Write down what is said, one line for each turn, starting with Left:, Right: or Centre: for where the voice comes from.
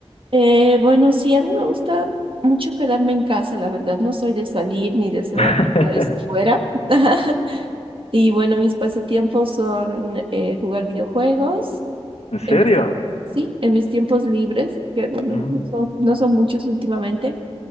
Right: Eh, bueno, sí, a mí me gusta mucho quedarme en casa, la verdad. No soy de salir ni de hacer
Left: <laughs>
Right: actividades afuera. <laughs> Y bueno, mis pasatiempos son eh, jugar videojuegos
Left: ¿En serio?
Right: en mis tiempos, sí, en mis tiempos libres, que bueno,
Left: Mm.
Right: no son, no son muchos últimamente,